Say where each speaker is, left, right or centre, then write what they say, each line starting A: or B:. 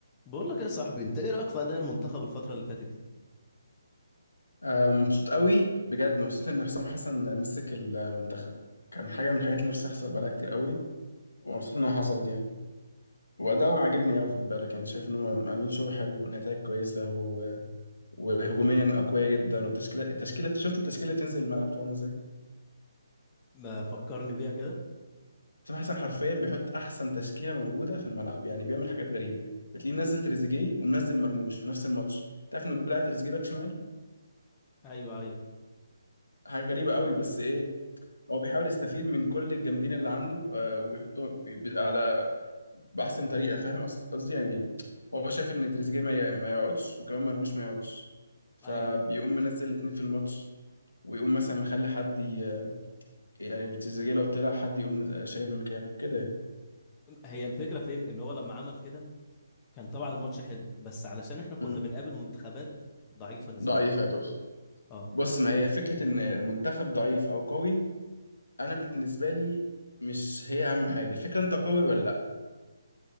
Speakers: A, on the left; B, on the left.
A: بقول لك يا صاحبي انت ايه رايك في اداء المنتخب الفتره اللي فاتت دي
B: آه، مبسوط قوي بجد مبسوط ان حسام حسن مسك المنتخب كان حاجه من الحاجات اللي نفسي تحصل بقالها كتير قوي ومبسوط انها حصلت يعني وادائهم عاجبني قوي خد بالك يعني شايف انهم عاملين شغل حلو ونتائج كويسه و... وهجوميا اقوياء جدا وتشكيله التشكيله شفت التشكيله اللي تنزل الملعب بتبقى عامله ازاي
A: ما فكرني بيها كده
B: حسام حسن حرفيا بيحط احسن تشكيله موجوده في الملعب يعني بيعمل حاجات غريبه بتلاقيه منزل تريزيجيه ومنزل مرموش في نفس الماتش تعرف انه بيلعب تريزيجيه باك شمال
A: ايوه ايوه
B: حاجه غريبه قوي بس ايه هو بيحاول يستفيد من كل الجامدين اللي عنده آه، ويحطهم بي- بي- على بأحسن طريقة فاهم أص- قصدي يعني هو شايف إن تريزيجيه ما ي- ما يقعدش وكمان مرموش ما يقعدش فبيقوم
A: ايوه
B: منزل الاتنين في الماتش ويقوم مثلا مخلي حد ي- يعني بتريزيجيه لو طلع حد يقوم شايل مكانه كده يعني
A: هي الفكره فين ان هو لما عمل كده كان طبعا الماتش حلو بس علشان احنا كنا
B: مم.
A: بنقابل منتخبات ضعيفه نسبيا
B: ضعيف يا توس
A: اه
B: بص ما هي فكرة إن المنتخب ضعيف أو قوي أنا بالنسبة لي مش هي أهم حاجة فكرة أنت قوي ولا لأ